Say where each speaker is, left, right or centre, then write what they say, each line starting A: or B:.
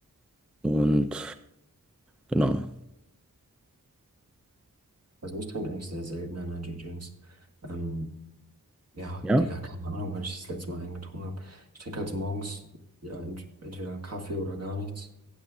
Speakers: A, in the centre; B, on the right.
A: Und genau.
B: Also ich trinke eigentlich sehr selten Energy-Drinks. Ähm, ja,
A: Ja.
B: Digga, keine Ahnung, wann ich das letzte Mal einen getrunken habe. Ich trinke halt so morgens ja ent entweder einen Kaffee oder gar nichts.